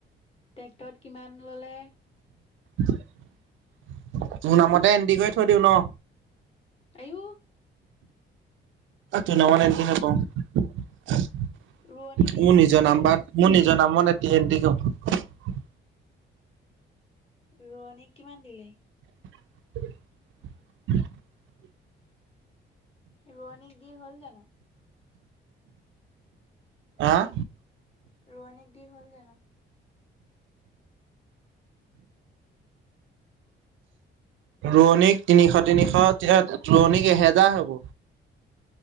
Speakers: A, on the left (about 30°); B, on the right (about 75°).
A: ট্ৰেক্টৰত কিমান ললে
B: মোৰ নামতে এণ্টি কৰি থৈ দিওঁ ন।
A: আইও।
B: তোৰ নামত এণ্টি নকৰোঁ। মোৰ
A: ৰোৱনী বুলি এন্টি
B: নিজৰ
A: কৰি
B: নাম
A: থ
B: বাত মোৰ নিজৰ নামত এণ্টি কৰিম।
A: ৰোৱনীক কিমান দিলে।
B: <unintelligible>
A: ৰোৱনীক দি হ'ল জানোঁ।
B: অহ।
A: ৰোৱনিক দি হ'ল জানোঁ।
B: ৰোৱনীক তিনিশ তিনিশ ৰোৱনীক এহেজাৰ হ'ব।